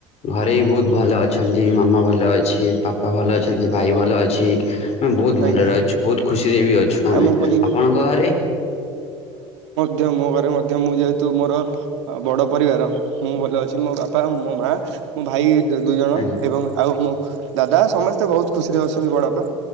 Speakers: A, on the left; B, on the right.
A: ଘରେ ବି ବହୁତ ଭଲ ଅଛନ୍ତି। ଦି ମାମା ଭଲ ଅଛି। ପାପା ଭଲ ଅଛନ୍ତି। ଭାଇ ଭଲ ଅଛି। ହୁଁ ବହୁତ
B: ଆଜ୍ଞା
A: ଭଲରେ ଅଛୁ। ବହୁତ ଖୁସିରେ ବି ଅଛୁ ଆମେ।
B: ଆଉ ମୁଁ କହିଲି
A: ଆପଣଙ୍କ ଘରେ?
B: ଧ୍ୟ ମୋ ଘରେ ମଧ୍ୟ ମୁଁ ଯେହେତୁ ମୋର ଅ, ବଡ଼ ପରିବାର ମୁଁ ଭଲ ଅଛି ମୋ ବାପା ମୋ ମା ମୋ ଭାଇ ଦୁଇ ଜଣ
A: ଆଜ୍ଞା
B: ଏବଂ ଆଉ ମୋ ଦାଦା ସମସ୍ତେ ବହୁତ ଖୁସିରେ ଅଛନ୍ତି। ବଡପା